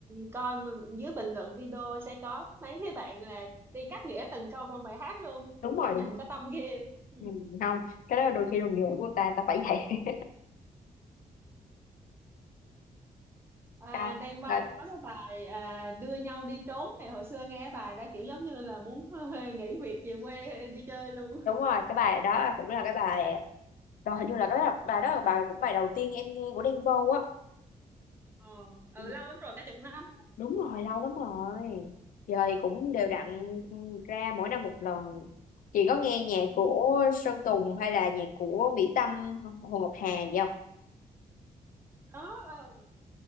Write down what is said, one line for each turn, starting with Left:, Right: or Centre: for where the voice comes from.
Right: coi mà dưới bình luận video sẽ có mấy cái bạn là đi cắt nghĩa từng câu trong bài hát luôn cũng
Left: đúng
Right: công
Left: rồi đúng
Right: nhận
Left: rồi.
Right: có tâm ghê <laughs>
Left: Ừ, không cái đó là đôi khi đồng nghiệp của người ta ta phải vậy
Right: À,
Left: <laughs>
Right: Đan Vâu
Left: đó
Right: có cái bài à, đưa nhau đi trốn này hồi xưa nghe cái bài đó kiểu giống như là muốn <laughs> nghỉ việc về quê đi chơi luôn
Left: đúng rồi cái bài đó cũng là cái bài đó hình như là cái bài bài đó là bài cũng bài đầu tiên em nghe của Đen Vâu á
Right: ờ ừ
Left: Ừ,
Right: lâu lắm rồi cả chục năm
Left: đúng rồi lâu lắm rồi giờ thì cũng
Right: ừ.
Left: đều đặn ra mỗi năm một lần chị có nghe nhạc
Right: Ừ.
Left: của Sơn Tùng hay là nhạc của Mỹ Tâm Hồ Ngọc Hà gì không
Right: đó ờ,